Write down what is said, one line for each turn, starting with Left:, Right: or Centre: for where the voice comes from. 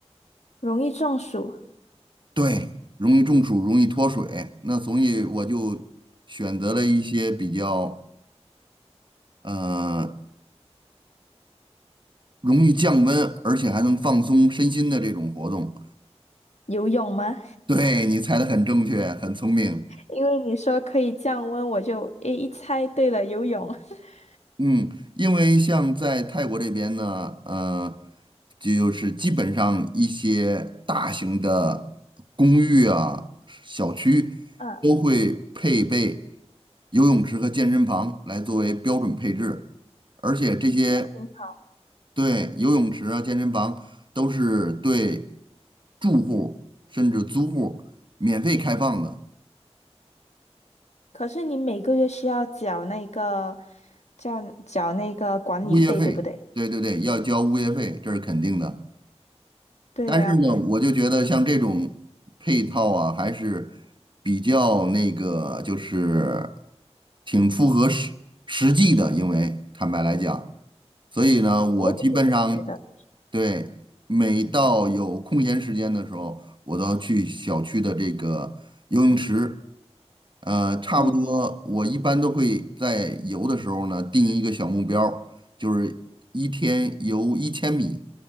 Left: 容易中暑，
Right: 对，容易中暑，容易脱水。那所以我就选择了一些比较呃容易降温，而且还能放松身心的这种活动。
Left: 游泳吗？
Right: 对，你猜的很正确，很聪明。
Left: <laughs> 因为你说可以降温，我就诶一猜对了，游泳。<laughs>
Right: 嗯，因为像在泰国这边呢，呃，就是基本上一些大型的公寓啊、小区都会配备
Left: 嗯，
Right: 游泳池和健身房来作为标准配置，而且这些
Left: 那挺好。
Right: 对游泳池啊、健身房都是对住户甚至租户免费开放的，
Left: 可是你每个月需要缴那个，叫缴那个管理费，
Right: 物业费，
Left: 对不对？
Right: 对对对，要交物业费，这是肯定的。
Left: 对呀，
Right: 但是呢，我就觉得像这种配套啊，还是比较那个，就是挺符合实实际的。因为坦白来讲，所以呢，我基本上
Left: 我也是这么觉得的。
Right: 对每到有空闲时间的时候，我都要去小区的这个游泳池呃，差不多，
Left: 嗯，
Right: 我一般都会在游的时候呢，定一个小目标儿，就是一天游一千米，